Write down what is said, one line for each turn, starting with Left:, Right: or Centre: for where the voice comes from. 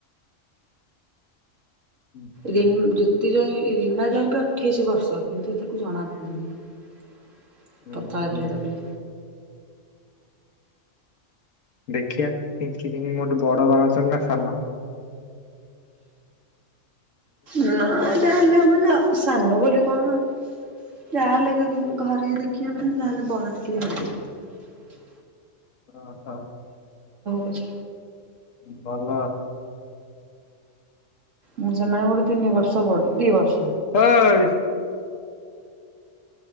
Left: ହୁଁ ହୁଁ
Right: ରିମ୍ ଜ୍ୟୋତି ଜ୍ୱାଇଁ ରୀମା ଜ୍ୱାଇଁ କୁ ଅଠେଇଶି ବର୍ଷ କିନ୍ତୁ ତାକୁ ଜଣା ପଡ଼ୁନି।
Left: ହୁଁ
Right: ପତଳା
Left: ହୁଁ
Right: ପିଲା ଟା ବୋଲି।
Left: ଦେଖିଆ ପିିଙ୍କି କେମିତି ମୋଠୁ ବଡ ବାହା ହୋଉଛନ୍ତି ନା ସାନ।
Right: ନାଁ ଯାହେଲେ କଣ ନାଁ ସାଙ୍ଗ ବୋଲି କଣ ଯାହା ହେଲେ ବି ଯଦି ଘରେ ଦେଖୀବେ ମାନେ ଯାହା ହେଲେ ବଡ଼ ଟିକେ ହୋଉଥିବା।
Left: ଓ ହ
Right: ପଛେ
Left: ଭଲ।
Right: ମୁଁ ସେମାନଙ୍କ ଠୁ ତିନି ବର୍ଷ ବଡ଼ ଦି ବର୍ଷ।
Left: ହଁ-ଅ-ଅ-ଅ-ଏ।